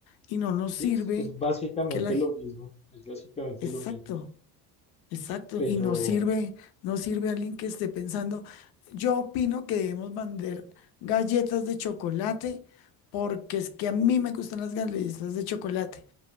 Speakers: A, on the left; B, on the left.
A: y no nos
B: Sí,
A: sirve
B: es, es básicamente
A: que la...
B: lo mismo, es básicamente
A: Exacto.
B: lo mismo,
A: Exacto,
B: pero...
A: y no sirve, no sirve alguien que esté pensando. Yo opino que debemos vender galletas de chocolate porque es que a mí me gustan las galletas de chocolate.